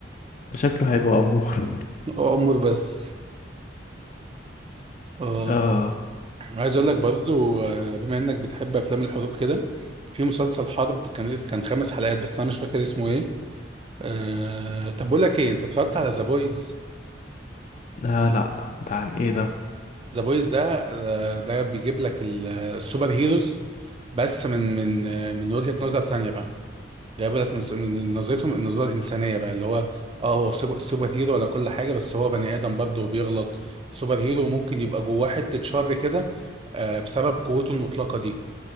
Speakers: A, on the left; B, on the right.
A: شكله حلو امور
B: هو امور بس اه
A: <laughs> آه.
B: عايز اقول لك برضو آه، بما انك بتحب افلام الحروب كده في مسلسل حرب كان كان خمس حلقات بس انا مش فاكر اسمه ايه أه... طب بقول لك ايه انت اتفرجت على ذا بويز
A: اه لا ده عن ايه ده
B: ذا بويز ده آه، ده بيجيب لك ال- السوبر هيروز بس من من آه، من وجهة نظر ثانية بقى جايب لك من س- من نظرتهم النظرة الإنسانية بقى اللي هو اه هو سوبر سوبر هيرو ولا كل حاجة بس هو بني آدم برضه وبيغلط سوبر هيرو ممكن يبقى جواه حتة شر كده آه، بسبب قوته المطلقة دي